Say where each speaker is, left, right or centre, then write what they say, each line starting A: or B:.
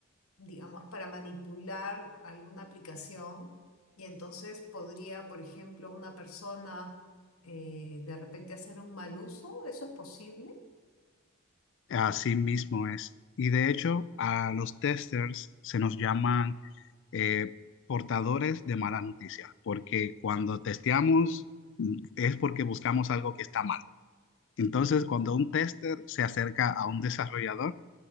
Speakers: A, on the left (about 90°); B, on the left (about 60°).
A: digamos, para manipular alguna aplicación y entonces podría, por ejemplo, una persona eh, de repente hacer un mal uso, ¿eso es posible?
B: Así mismo es. Y de hecho, a los testers se nos llaman eh, portadores de mala noticia, porque cuando testeamos mm, es porque buscamos algo que está mal. Entonces, cuando un tester se acerca a un desarrollador,